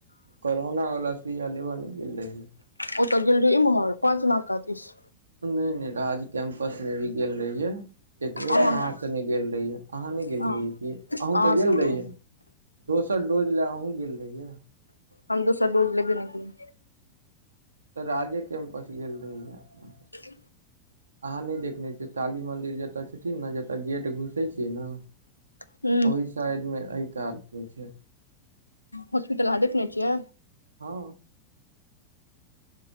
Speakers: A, on the right (about 75°); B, on the left (about 85°).
A: करोना बला सुइयां लेब नहीं गेल रहियै
B: ओतऽ गेल रह इम्हर पाँच नाका दिस
A: नहिराज कैं्मपस मे भी गेल रहियै एक बेेर
B: अहाँ
A: महाँसँ नहि गेल रहियै अहाँ नहि गेल
B: हँ
A: रहियै क अहुूँ
B: अहाँ
A: तऽ गेल
B: सबके
A: रहियै दोसर डोज लए अहुूँ गेल रहियै
B: हम दोसर डोज लेबे नकेलियै
A: तऽ राजे कैम्पस गेल रहिय अपना
B: इ
A: अहाँ नहि देखने छियै काली मंन्दिर जतय छथिन ने जतय गेट घुसै छियै ने
B: केलियै ह
A: ओहि शायड मे एहि कातस छै
B: हॉस्पिटल अहाँ देखने छियै
A: हँ